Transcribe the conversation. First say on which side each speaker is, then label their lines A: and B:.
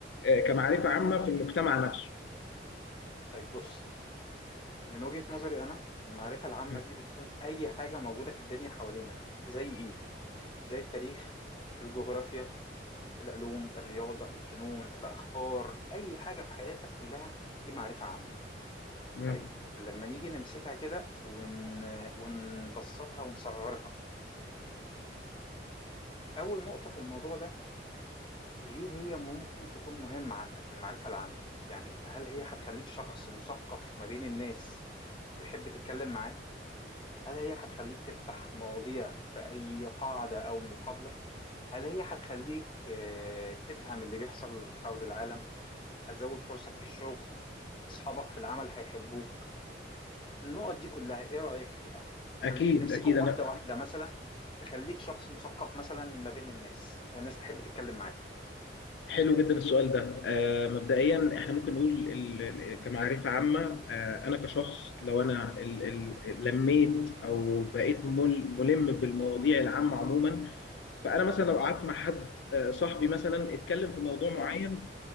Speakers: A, on the left; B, on the left.
A: آه كمعرفه عامه في المجتمع نفسه
B: طيب بص من وجهة نظري أنا المعرفة العامة
A: مم.
B: دي بتكون أي حاجة موجودة في الدنيا حوالينا زي إيه؟ زي التاريخ، الجغرافيا، العلوم، الرياضة، الفنون، الأخبار، أي حاجة في حياتك كلها دي معرفة عامة.
A: مم.
B: طيب لما نيجي نمسكها كده ون... ونبسطها ونصغرها أول نقطة في الموضوع ده ليه هي ممكن تكون مهمة عندك المعرفة العامة يعني هل هي هتخليك شخص مثقف ما بين الناس تحب تتكلم معاه هل هي هتخليك تفتح مواضيع في أي قاعدة أو مقابلة هل هي هتخليك آه، تفهم اللي بيحصل حول العالم هتزود فرصك في الشغل أصحابك في العمل هيحبوك النقط دي كلها إيه رأيك فيها خلينا
A: اكيد
B: نمسكهم
A: اكيد انا
B: واحدة واحدة مثلا تخليك شخص مثقف مثلا ما بين الناس والناس تحب تتكلم معاك
A: حلو جدا السؤال ده آه مبدئيا احنا ممكن نقول ال- ال- كمعرفه عامه آه انا كشخص لو انا ال- ال- لميت او بقيت مل- ملم بالمواضيع العامه عموما فانا مثلا لو قعدت مع حد آه، صاحبي مثلا اتكلم في موضوع معين